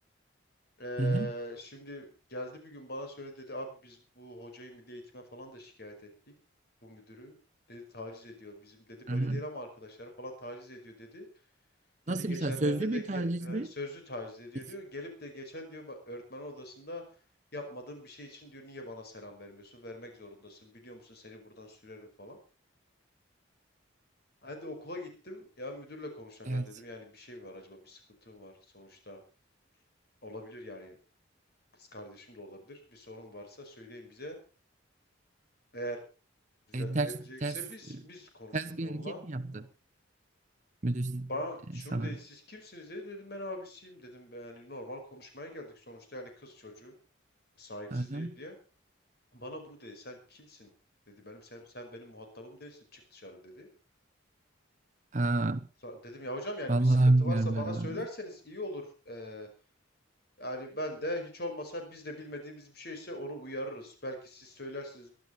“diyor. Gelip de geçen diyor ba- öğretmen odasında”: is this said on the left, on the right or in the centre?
Left